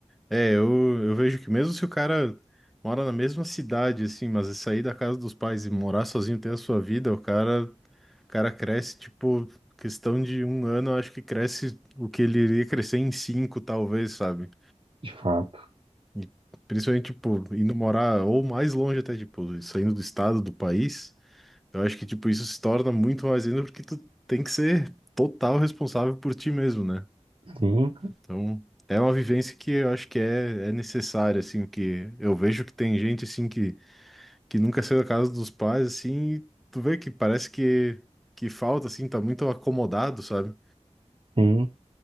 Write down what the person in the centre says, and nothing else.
É, eu, eu vejo que mesmo se o cara mora na mesma cidade, assim, mas sair da casa dos pais e morar sozinho, ter a sua vida, o cara, o cara cresce, tipo, questão de um ano, eu acho que cresce o que ele iria crescer em cinco, talvez, sabe?
E principalmente, tipo, indo morar ou mais longe até, tipo, saindo do estado, do país, eu acho que, tipo, isso se torna muito mais ainda porque tu tem que ser total responsável por ti mesmo, né?
Então, é uma vivência que eu acho que é, é necessária, assim, que eu vejo que tem gente, assim, que, que nunca saiu da casa dos pais, assim, e tu vê que parece que, que falta, assim, tá muito acomodado, sabe?